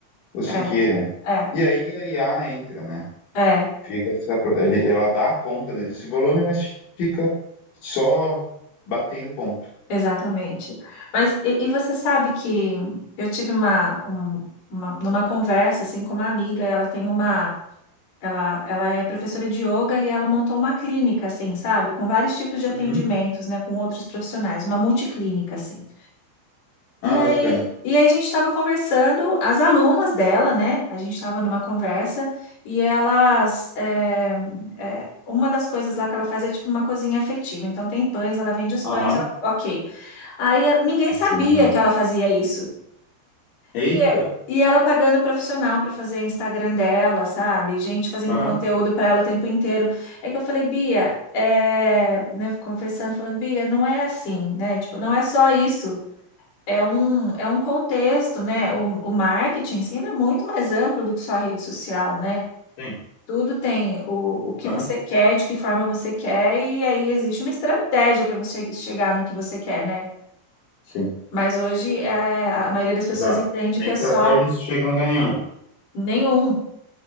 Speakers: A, on the left; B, on the left.
A: você
B: é,
A: queira.
B: é,
A: E aí a IA entra, né?
B: é,
A: Fica essa, ele- ela dá conta desse volume, mas fica só batendo ponto.
B: exatamente. Mas e, e você sabe que eu tive uma, um- uma, numa conversa assim com uma amiga, ela tem uma Ela, ela é professora de yoga e ela montou uma clínica, assim, sabe? Com vários tipos de
A: Uhum.
B: atendimentos, né? Com outros profissionais, uma multiclínica, assim.
A: Ah,
B: E aí,
A: bacana.
B: e aí a gente estava conversando, as alunas dela, né? A gente estava numa conversa e elas. é, é, uma das coisas lá que ela faz é tipo uma cozinha afetiva. Então tem pães, ela vende os
A: Aham,
B: pães, o- ok. Aí eh, ninguém
A: Bacana.
B: sabia que ela fazia isso.
A: Eita,
B: E, é- e ela pagando profissional para fazer Instagram dela, sabe? Gente fazendo
A: aham,
B: conteúdo para ela o tempo inteiro. É que eu falei, Bia, é... né, conversando, falando, Bia, não é assim, né? Tipo, não é só isso. É um, é um contexto, né? O, o marketing, sim, ele é muito mais amplo do que só a rede social, né?
A: sim,
B: Tudo tem o, o que
A: aham,
B: você quer, de que forma você quer, e aí existe uma estratégia para você chegar no que você quer, né?
A: sim,
B: Mas hoje é, a maioria das pessoas
A: exato.
B: entende
A: Sem
B: que
A: estratégia
B: é só
A: não se chega a lugar nenhum.
B: nenhum.